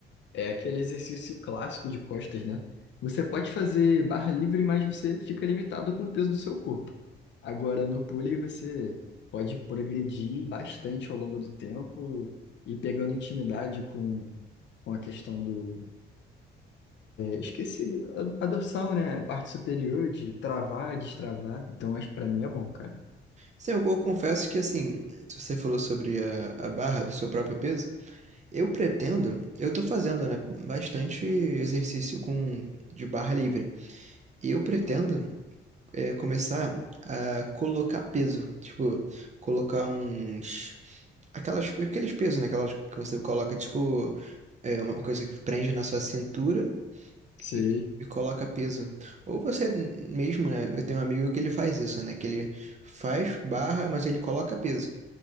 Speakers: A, on the left; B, on the right.
A: é aquele exercício clássico de costas, né? Você pode fazer barra livre, mas você fica limitado com o peso do seu corpo. Agora, no pulley, você pode progredir bastante ao longo do tempo e pegando intimidade com, com a questão do esqueci a, a dorsal, né? A parte superior de travar, destravar. Então, acho que pra mim é bom, cara.
B: Sim, eu, eu confesso que, assim, se você falou sobre a, a barra do seu próprio peso, eu pretendo, eu tô fazendo, né, bastante exercício com, de barra livre. E eu pretendo é, começar a colocar peso. Tipo, colocar uns. Aquelas, aqueles pesos, né? Aquelas que você coloca, tipo, é, uma coisa que prende na sua cintura
A: Sei,
B: e, e coloca peso. Ou você mesmo, né? Eu tenho um amigo que ele faz isso, né? Que ele faz barra, mas ele coloca peso.